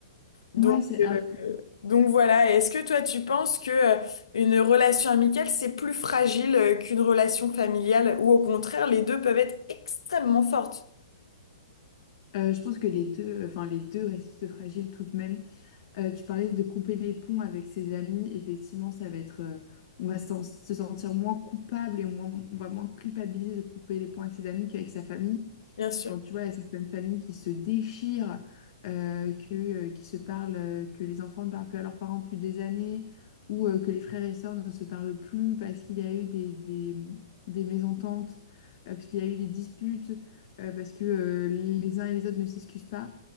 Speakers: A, on the left; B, on the left.
A: Donc,
B: Mm. Ouais, c'est
A: euh,
B: alors que
A: donc voilà, est-ce que toi tu penses que euh, une relation amicale c'est plus fragile euh, qu'une relation familiale ou au contraire les deux peuvent être extrêmement fortes,
B: Euh, je pense que les deux, enfin les deux restent fragiles tout de même. Euh, tu parlais de couper les ponts avec ses amis. Effectivement, ça va être, euh, on va s'en- se sentir moins coupable et moins- on va moins culpabiliser de couper les ponts avec ses amis qu'avec sa famille.
A: bien sûr.
B: Quand tu vois, il y a certaines familles qui se déchirent, euh, que, euh, qui se parlent, euh, que les enfants ne parlent plus à leurs parents depuis des années, ou euh, que les frères et sœurs ne se parlent plus parce qu'il y a eu des, des, des mésententes, euh, parce qu'il y a eu des disputes, euh, parce que euh, les uns et les autres ne s'excusent pas.